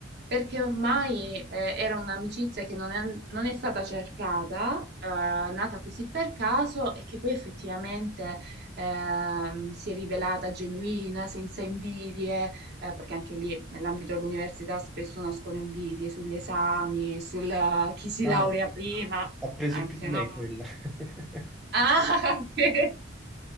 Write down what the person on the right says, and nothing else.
perché ormai eh, era un'amicizia che non è, non è stata cercata, eh, nata così per caso e che poi effettivamente ehm, si è rivelata genuina, senza invidie, eh, perché anche lì nell'ambito dell'università spesso nascono invidie sugli esami, sul eh, chi si
laurea prima,
anche
no.
Ah, <laughs> ok.